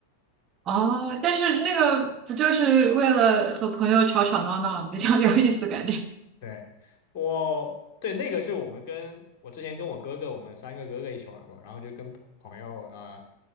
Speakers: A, on the right; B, on the left.
A: 哦，但是那个不就是为了和朋友吵吵闹闹比较有意思，感觉
B: 对，我对那个是我们跟我之前跟我哥哥，我们三个哥哥一起玩过，然后就跟朋友啊、呃